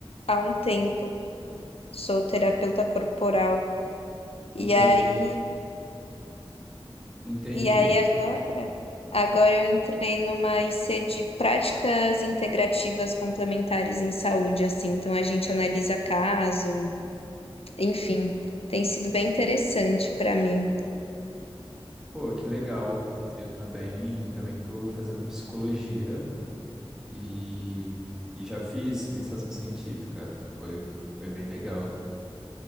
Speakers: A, on the left; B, in the centre.
A: há um tempo. Sou terapeuta corporal. E
B: Enten-
A: aí,
B: Entendi.
A: e aí agora, agora eu entrei numa IC de práticas integrativas complementares em saúde, assim. Então a gente analisa caso, enfim, tem sido bem interessante para mim.
B: Pô, que legal. Eu também, também tô fazendo psicologia e, e já fiz iniciação científica. Foi, foi bem legal.